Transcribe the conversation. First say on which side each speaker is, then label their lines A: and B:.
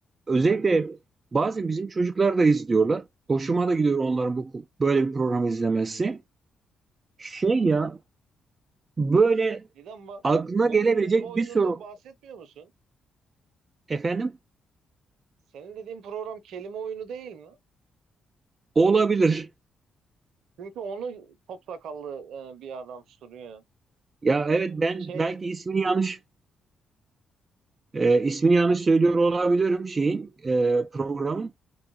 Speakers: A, on the right; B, on the right.
A: özellikle bazen bizim çocuklar da izliyorlar. Hoşuma da gidiyor onların bu böyle bir programı izlemesi. Şey ya böyle
B: değil ama
A: aklına
B: bu
A: gelebilecek
B: kelime oyunundan
A: bir soru
B: bahsetmiyor musun?
A: efendim
B: Senin dediğin program kelime oyunu değil mi?
A: olabilir.
B: Çünkü onu top sakallı e, bir adam soruyor.
A: Ya evet ben
B: Şey,
A: belki ismini yanlış Ee, ismini yanlış söylüyor olabilirim şeyin e, programın.